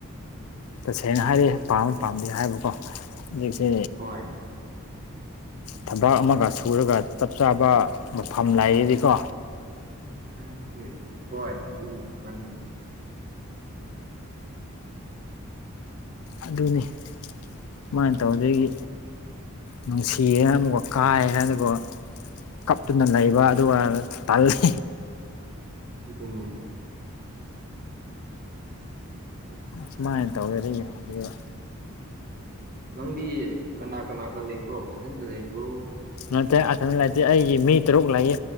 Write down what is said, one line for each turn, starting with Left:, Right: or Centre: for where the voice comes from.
Left: ꯇꯁꯦꯡꯅ ꯍꯥꯏꯔ ꯄꯥꯝꯝꯕ ꯄꯥꯝꯗꯦ ꯍꯥꯏꯕꯀꯣ ꯍꯧꯖꯤꯛꯁꯤ
Right: ꯍꯣꯏ
Left: ꯊꯕꯛ ꯑꯃꯒ ꯁꯨꯔꯒ ꯆꯞ ꯆꯥꯕ ꯃꯐꯝ ꯂꯩꯔꯤꯗꯤꯀꯣ
Right: ꯎ ꯎꯝ ꯍꯣꯏ ꯑꯗꯨꯅꯤ ꯃꯥꯅꯤ
Left: ꯑꯗꯨꯅꯤ ꯁꯨꯃꯥꯏꯅ ꯇꯧꯗꯒꯤ ꯅꯨꯡꯁꯤꯌꯦꯦꯅ ꯑꯃ ꯀꯥꯏ ꯍꯥꯏꯅꯕꯨ ꯀꯞꯇꯨꯅ ꯂꯩꯕ ꯑꯗꯨꯒ ꯇꯜꯂꯤ
Right: ꯑꯗꯨꯅꯦ ꯎꯝ
Left: ꯁꯨꯃꯥꯏꯅ ꯇꯧꯗꯦꯗꯤ ꯌꯥ
Right: ꯅꯪꯗꯤ ꯀꯅꯥ ꯀꯅꯥꯗ ꯂꯩꯕ꯭ꯔꯣ ꯃꯊꯟꯗ ꯂꯩꯕ꯭ꯔꯣ
Left: ꯅꯠꯇ꯭ꯔꯦ ꯑꯗ ꯂꯩꯇꯦ ꯑꯩꯒꯤ ꯃꯤ ꯇꯔꯨꯛ ꯂꯩꯌꯦ